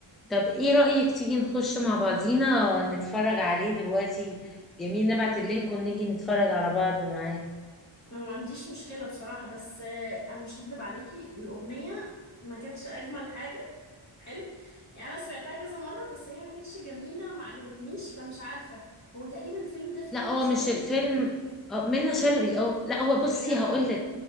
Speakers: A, in the centre; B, on the left (about 35°).
A: طب ايه رايك تيجي نخش مع بعضينا نتفرج عليه دلوقتي جميل نبعت اللينك ونيجي نتفرج على بعض معاه
B: انا ما عنديش مشكله بصراحه بس آه، انا مش هكدب عليكي الاغنيه ما كانتش اجمل حاجه حلو يعني انا سمعتها كذا مره بس هي ما كانتش جميله ما عجبتنيش فمش عارفه هو تقريبا الفيلم ده فيه
A: لا
B: منة
A: هو
B: شلبي
A: مش الفيلم آه، منة شلبي اه لا هو بصي
B: بجد
A: هقول لك